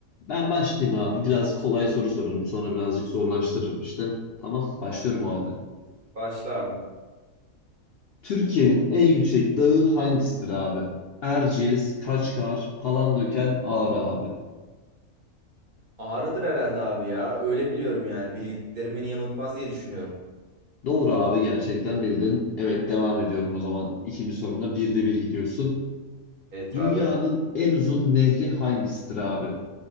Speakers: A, on the left; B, on the right.
A: Ben başlayayım abi. Biraz kolay soru sorarım. Sonra birazcık zorlaştırırım işte. Tamam, başlıyorum o halde.
B: Başla abi.
A: Türkiye'nin en yüksek dağı hangisidir abi? Erciyes, Kaçkar, Palandöken, Ağrı abi.
B: Ağrıdır herhalde abi ya. Öyle biliyorum yani. Bilgilerim beni yanıltmaz diye düşünüyorum.
A: Doğru abi gerçekten bildin. Evet devam ediyorum o zaman. İkinci sorumda birde bir gidiyorsun.
B: Evet
A: Dünyanın
B: abi.
A: en uzun nehri hangisidir abi?